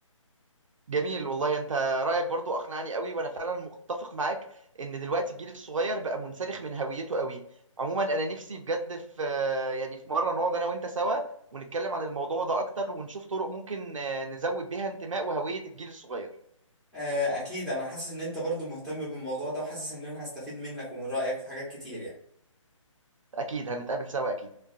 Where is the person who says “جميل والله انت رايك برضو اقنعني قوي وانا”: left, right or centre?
Right